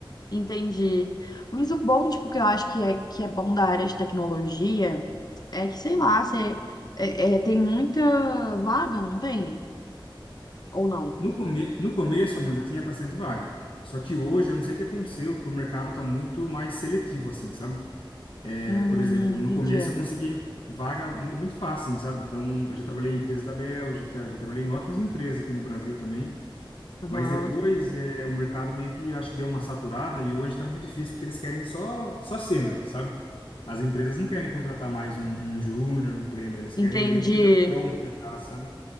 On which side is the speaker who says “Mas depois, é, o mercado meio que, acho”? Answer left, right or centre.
Left